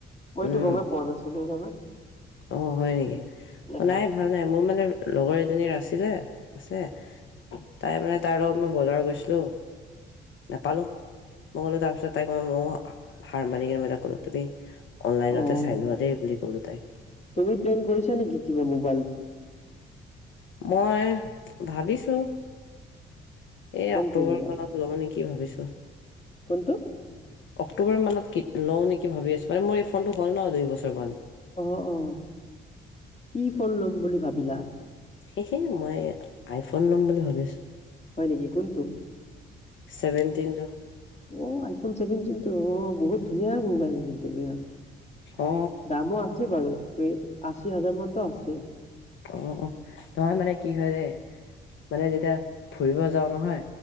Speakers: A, on the left; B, on the left.
A: মইতটো
B: উম
A: গমেই পোৱা নাছিলো জানো
B: অ হয় নেকি
A: হ'ল।
B: নাই ভাল নাই মোৰ মানে লগৰ এজনীৰ আছে আছে তাই মানে তাৰ লগত মই বজাৰত গৈছিলো নোপালো মই গ'লো তাৰপিছত তাইক মই ম হাৰ মানি কিনে মই এটা কলো তুমি অনলাইনতে
A: অ'।
B: চাই লোৱা দেই বুলি কলো তাই
A: তুমি প্লেন কৰিছ নেকি কিবা ম
B: মই ভাবিছো এই
A: কোনটো
B: অক্টোবৰ
A: মোবাইল
B: মানত ব নে কি ভাবিছো
A: কোনটো?
B: অক্টোবৰ মানত কি লওঁ নেকি ভাবি আছোঁ মান মোৰ ৰিফাণ্ডটো হ'ল ন দুই বছৰমান
A: অ অ কি ফল লম বুলি ভাবিলা
B: সেহে মই আইফোন লম বুলি ভাবিছো
A: হয় নেকি কোনটো
B: ছেভেনটিনটো
A: অ আইফোন ভেনটিন টো অ বহুত ধুনীয়া মোবাইল কিন্তু বিৰাট
B: অ
A: দামো আছে বাৰু ত আশী হাজাৰ মানতো আছে
B: অ নহয় মানে কি হয় দেই মানে যেতিয়া ফুৰিব যাও নহয়